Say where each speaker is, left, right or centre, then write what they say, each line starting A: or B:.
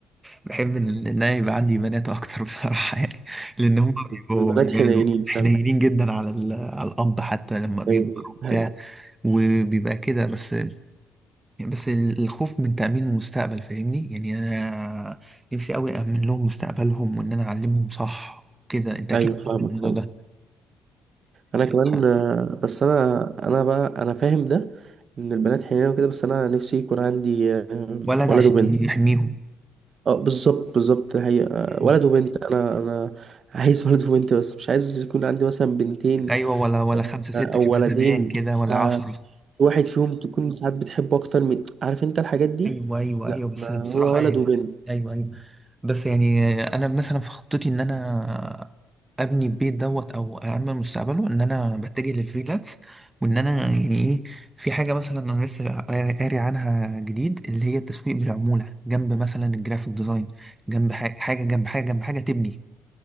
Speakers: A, on the right; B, on the right.
A: بحب ان إن انا يبقى عندي بنات اكتر <laughs> بصراحه يعني لان هم بيبقوا
B: البنات
A: بيبقوا
B: حنينين
A: حنينين
B: فعلا
A: جدا على ال- على الاب حتى لما بيكبر
B: أيوة.
A: وبتاع
B: ده حقيقة.
A: وبيبقى كده بس يعني بس ال- الخوف من تأمين المستقبل فاهمني يعني أنا نفسي أوي أأمن لهم مستقبلهم وإن أنا أعلمهم صح وكده أنت أكيد
B: ايوه فاهمك
A: فاهم الموضوع
B: فاهمك
A: ده
B: انا كمان
A: <laughs>
B: آه، بس انا انا بقى انا فاهم ده ان البنات حنينه وكده بس انا نفسي يكون عندي آه،
A: ولد
B: ولد
A: عشان
B: وبنت
A: يحميهم
B: اه بالظبط بالظبط هي آه،
A: مم.
B: ولد وبنت انا انا عايز <laughs> ولد وبنت بس مش عايز يكون عندي مثلا بنتين
A: أيوة ولا ولا خمسة ستة
B: آه، او
A: كده
B: ولدين
A: زمان كده
B: ف
A: ولا عشرة
B: واحد فيهم تكون ساعات بتحبه اكتر من عارف انت الحاجات دي
A: ايوه ايوه
B: لا
A: ايوه بس
B: انا
A: بصراحه
B: هو ولد
A: يعني
B: وبنت
A: ايوه ايوه بس يعني انا مثلا في خطتي ان انا ابني البيت دوت او اعمل مستقبله ان انا بتجه للفريلانس وان انا يعني ايه في حاجه مثلا انا لسه قاري قاري عنها جديد اللي هي التسويق بالعموله جنب مثلا الجرافيك ديزاين جنب حاجه حاجه جنب حاجه جنب حاجه تبني